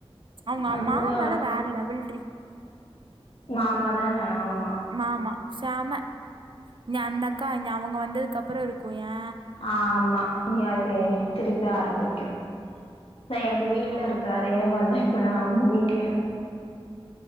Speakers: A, on the right; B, on the left.
A: அவங்க
B: அதுதா
A: மா மேல வேற லெவல் ட்ரீ
B: மாமா தான ஆமா
A: மாமா செம ஏ அந்த அக்கா அவங்க வந்ததுக்கு அப்பறோ இருக்கு ஏ
B: ஆமா இன்னு அது திருப்பி ஆரம்பிக்கு அதா எங்க வீட்ல
A: பா
B: இருக்கிற அதே மாரிதா இப்ப ல்லா அவுங்க வீட்லயு